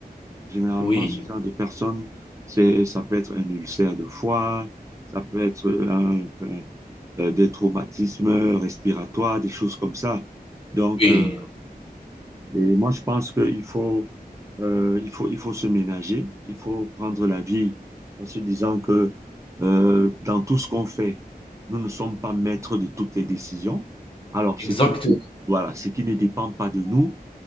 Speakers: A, on the right (about 20°); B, on the left (about 35°).
A: Généralement,
B: oui,
A: ce genre de personnes, c'est, ça peut être un ulcère de foie, ça peut être un- un- euh, des traumatismes respiratoires, des choses comme ça. Donc,
B: oui,
A: euh, et moi, je pense qu'il faut, euh, il faut, il faut se ménager, il faut prendre la vie en se disant que euh, dans tout ce qu'on fait, nous ne sommes pas maîtres de toutes les décisions. Alors,
B: Exact.
A: ce qui ne, voilà, ce qui ne dépend pas de nous,